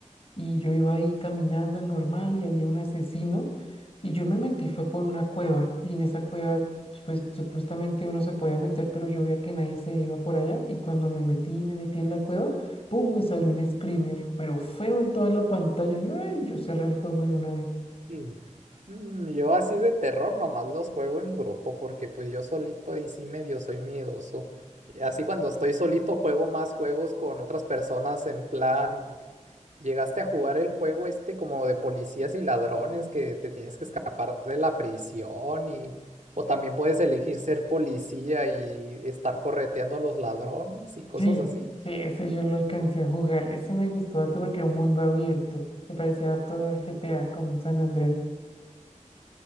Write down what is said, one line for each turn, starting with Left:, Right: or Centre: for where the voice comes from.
Left: y yo iba ahí caminando normal y había un asesino y yo me metí, fue por una cueva y en esa cueva pues supuestamente uno se podía meter, pero yo veía que nadie se iba por allá y cuando me metí, me metí en la cueva, ¡pum! me salió un screamer, pero feo en toda la pantalla, yo, ay, yo cerré el juego de una vez.
Right: Mm. Mm, Yo así de terror nomás los juego en grupo porque pues yo solito ahí sí medio soy miedoso. Y Así cuando estoy solito juego más juegos con otras personas en plan ¿Llegaste a jugar el juego este como de policías y ladrones que te tienes que escapar de la prisión y o también puedes elegir ser policía y estar correteando a los ladrones y cosas
Left: Sí,
Right: así?
Left: ese yo lo alcancé a jugar, ese me gustó harto porque era un mundo abierto, se parecía harto a GTA como un San Andrés.